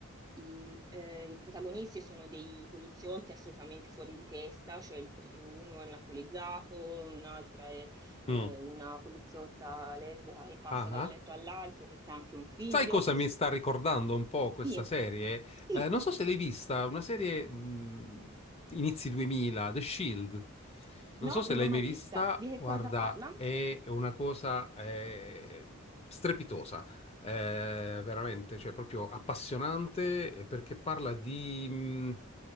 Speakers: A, on the right; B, on the left.
A: i, eh, i protagonisti sono dei poliziotti assolutamente fuori di testa, cioè il pri- uno è un alcolizzato, un'altra è eh,
B: Mm.
A: una poliziotta lesbica che passa
B: Ah,
A: da un
B: ah.
A: letto all'altro, che che ha anche un figlio.
B: Sai cosa mi sta ricordando un po' questa
A: Sì,
B: serie?
A: sì,
B: Eh, non so se l'hai vista, una serie mh, inizi 2000, The Shield. Non
A: no,
B: so se
A: non
B: l'hai
A: l'ho mai
B: mai vista,
A: vista. Di che
B: guarda,
A: cosa parla?
B: è una cosa eh, strepitosa, eh, veramente, cioè proprio appassionante eh, perché parla di, mh,